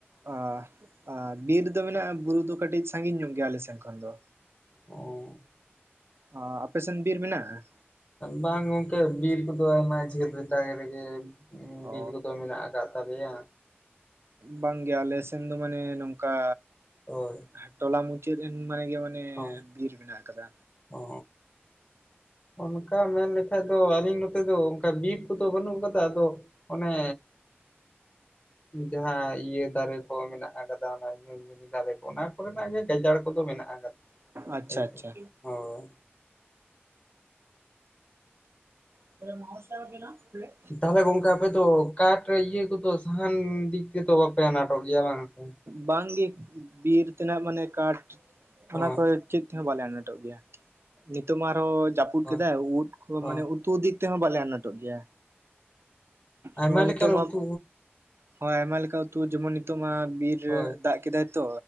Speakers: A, on the right; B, on the left.
A: ᱟᱦ, ᱟᱸ ᱵᱤᱨ ᱫᱚ ᱢᱮᱱᱟᱜᱼᱟ ᱵᱩᱨᱩ ᱫᱚ ᱠᱟᱹᱴᱤᱡ ᱥᱟᱺᱜᱤᱧ ᱧᱚᱜ ᱜᱮᱭᱟ ᱟᱞᱮ ᱥᱮᱱ ᱠᱷᱚᱱ ᱫᱚ᱾
B: ᱚᱻ᱾
A: ᱚ ᱟᱯᱮ ᱥᱮᱱ ᱵᱤᱨ ᱢᱮᱱᱟᱜᱼᱟ?
B: ᱵᱟᱝ ᱜᱚᱝᱠᱮ ᱵᱤᱨ ᱠᱚᱫᱚ ᱟᱭᱢᱟ ᱡᱷᱟᱹᱞ ᱨᱮ <inaudible> ᱨᱮᱜᱮ ᱩᱸᱻ
A: ᱚ
B: ᱵᱤᱨ ᱠᱚᱫᱚ ᱢᱮᱱᱟᱜ ᱟᱠᱟᱫ ᱛᱟᱞᱮᱭᱟ᱾
A: ᱵᱟᱝ ᱜᱮ ᱟᱞᱮ ᱥᱮᱱ ᱫᱚ ᱢᱟᱱᱮ ᱱᱚᱝᱠᱟ,
B: ᱦᱳᱭ
A: ᱟᱸ ᱴᱚᱞᱟ ᱢᱩᱪᱟᱹᱫ ᱮᱱ ᱢᱟᱱᱮ ᱜᱮ ᱢᱟ ᱱᱮᱻ
B: ᱦᱳᱭ
A: ᱵᱤᱨ ᱢᱮᱱᱟᱜ ᱟᱠᱟᱫᱟ᱾
B: ᱚ᱾ ᱚᱱᱠᱟ ᱢᱮᱱ ᱞᱮᱠᱷᱟᱡ ᱫᱚ ᱟᱹᱞᱤᱧ ᱱᱚᱛᱮ ᱫᱚ ᱚᱝᱠᱟ ᱵᱤᱨ ᱠᱚᱫᱚ ᱵᱟᱹᱱᱩᱜ ᱠᱟᱫᱟ ᱟᱫᱚ ᱚᱱᱮ, ᱡᱟᱦᱟᱸ ᱤᱭᱟᱹ ᱫᱟᱨᱮ ᱠᱚ ᱢᱮᱱᱟᱜ ᱟᱠᱟᱫᱟ ᱚᱱᱟ <inaudible> ᱫᱷᱤᱨᱤ ᱫᱟᱨᱮ ᱠᱚ ᱚᱱᱟ ᱠᱚᱨᱮᱱᱟᱜ ᱜᱮ ᱜᱟᱡᱟᱲ ᱠᱚᱫᱚ ᱢᱮᱱᱟᱜ ᱟᱠᱟᱫᱟ
A: ᱟᱪᱪᱷᱟ
B: ᱦᱮᱸᱥᱮ᱾
A: ᱟᱪᱪᱷᱟ
B: ᱦᱳᱭ
A: <unintelligible>
B: ᱛᱟᱦᱚᱞᱮ ᱜᱚᱝᱠᱮ ᱟᱯᱮ ᱫᱚ ᱠᱟᱴ ᱤᱭᱟᱹ ᱠᱚᱫᱚ ᱥᱟᱦᱟᱱ ᱫᱤᱠ ᱛᱮᱫᱚ ᱵᱟᱯᱮ ᱟᱱᱟᱴᱚᱜ ᱜᱮᱭᱟ ᱵᱟᱝ ᱥᱮ᱾
A: ᱵᱟᱝᱜᱮ ᱵᱤᱨ ᱛᱮᱱᱟᱜ ᱢᱟᱱᱮ ᱠᱟᱴ ᱚᱱᱟ
B: ᱦᱳᱭ
A: ᱠᱚ ᱪᱮᱫ ᱛᱮᱦᱚᱸ ᱵᱟᱞᱮ ᱟᱱᱟᱴᱚᱜ ᱜᱮᱭᱟ᱾ ᱱᱤᱛᱚᱜ ᱢᱟ ᱟᱨᱦᱚᱸ ᱡᱟᱹᱯᱩᱫ
B: ᱦᱳᱭ
A: ᱠᱮᱫᱟᱭ ᱩᱫ
B: ᱦᱳᱭ
A: ᱢᱟᱱᱮ ᱩᱫ᱾ ᱛᱩᱫᱤᱠ ᱛᱮᱦᱚᱸ ᱵᱟᱞᱮ ᱟᱱᱟᱴᱚᱜ ᱜᱮᱭᱟ
B: ᱟᱭᱢᱟ
A: ᱱᱚᱜᱼᱚᱭ ᱱᱤᱛᱚᱜ
B: ᱞᱮᱠᱟᱱ
A: ᱢᱟ᱾
B: ᱩᱛᱩ
A: ᱦᱚᱸ ᱟᱭᱢᱟ ᱞᱮᱠᱟ ᱩᱛᱩ ᱡᱮᱢᱚᱱ ᱱᱤᱛᱚᱜ ᱢᱟ ᱵᱤᱨ
B: ᱦᱳᱭ
A: ᱫᱟᱜ ᱠᱮᱫᱟᱭ ᱛᱚ᱾